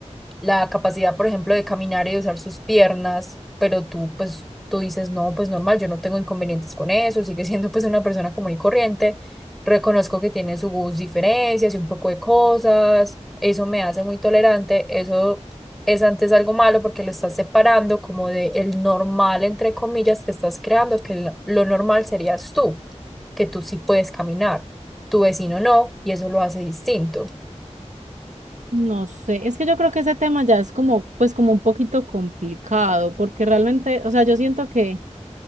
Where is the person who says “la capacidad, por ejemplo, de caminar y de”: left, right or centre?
Centre